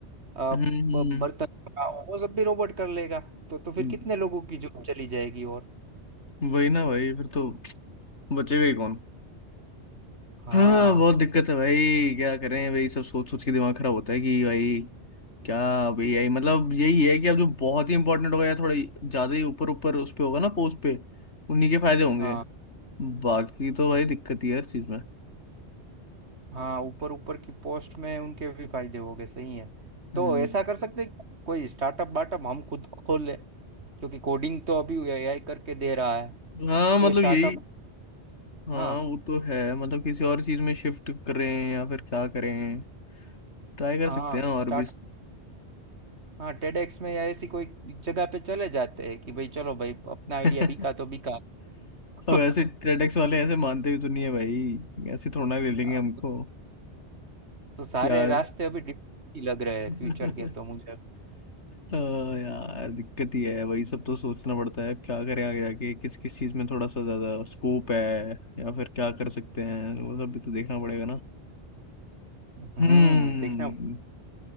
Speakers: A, on the right; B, on the left.
A: अ,
B: हम्म
A: ब- बर्तन धोना, वो सब भी रोबोट कर लेगा तो तो फिर
B: हम्म,
A: कितने लोगों की जॉब चली जाएगी और
B: वही ना भाई फिर तो बचेगा ही कौन
A: हाँ
B: हाँ बहुत दिक्कत है भाई क्या करें भाई सब सोच सोच के दिमाग खराब होता है कि भाई क्या अब एआई मतलब यही है कि अब जो बहुत ही इंपॉर्टेंट होगा या थोड़ा ज्यादा ही ऊपर ऊपर उस पे होगा ना पोस्ट पे उन्हीं के फायदे होंगे
A: हाँ
B: बाकी तो भाई दिक्कत ही है हर चीज में
A: हाँ ऊपर ऊपर की पोस्ट में है, उनके भी फायदे हो गए सही है
B: हम्म
A: तो ऐसा कर सकते हैं कि कोई स्टार्टअप वार्टअप हम खुद खोल ले क्योंकि कोडिंग तो अभी एआई करके दे रहा है
B: हाँ
A: तो
B: मतलब
A: कोई स्टार्टअप
B: यही हाँ
A: हाँ
B: वो तो है मतलब किसी और चीज में शिफ्ट करें या फिर क्या करें ट्राई कर
A: हाँ
B: सकते हैं और
A: स्टार्ट
B: भी
A: हाँ टेडेक्स में या ऐसी कोई जगह पे चले जाते हैं कि भाई चलो भाई अपना आइडिया
B: <laughs>
A: बिका तो बिका <laughs>
B: अब ऐसे ट्रेडेक्स वाले ऐसे मानते भी तो नहीं है भाई ऐसे थोड़ा ना ले लेंगे
A: अब
B: हमको
A: तो सारे
B: कि यार
A: रास्ते अभी डिफरेंट ही लग रहे हैं
B: <laughs>
A: फ्यूचर के तो मुझे
B: हाँ यार दिक्कत ही है वही सब तो सोचना पड़ता है अब क्या करें आगे जाके किस किस चीज में थोड़ा सा ज्यादा स्कोप है या फिर क्या कर सकते हैं वो सब भी तो देखना पड़ेगा ना
A: हम्म
B: हम्म
A: देखना